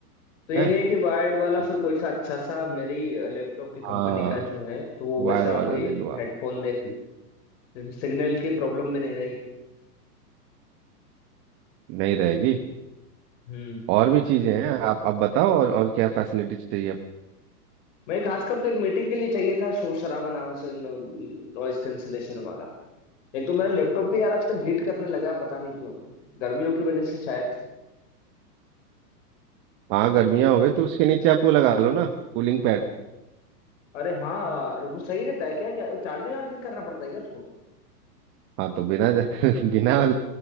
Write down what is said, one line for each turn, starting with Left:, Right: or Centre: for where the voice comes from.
Left: तो यही
Right: है
Left: है कि वायर्ड वाला
Right: तो
Left: फिर कोई सा अच्छा सा मेरी लैपटॉप की
Right: हाँ
Left: कंपनी का जो है तो वो वैसा
Right: वायर वाला
Left: कोई
Right: ले लो
Left: हेडफोन
Right: आप
Left: देख लो जिसमें सिग्नल की प्रॉब्लम भी नहीं रहेगी
Right: नहीं रहेगी
Left: हम्म
Right: और भी चीजें हैं आप आप बताओ और और क्या फैसिलिटी चाहिए
Left: मैं खासकर तो एक मीटिंग के लिए चाहिए था शोर शराबा ना हो नॉइस कैंसलेशन वाला एक तो मेरा लैपटॉप भी यार आजकल हीट करने लगा है पता नहीं क्यों गर्मियों की वजह से शायद
Right: हाँ गर्मियाँ हो गई तो उसके नीचे आप वो लगा लो ना कूलिंग पैड
Left: अरे हाँ अरे वो सही रहता है क्या क्या चार्जिंग वार्जिंग करना पड़ता है क्या उसको
Right: हाँ तो बिना <laughs> बिना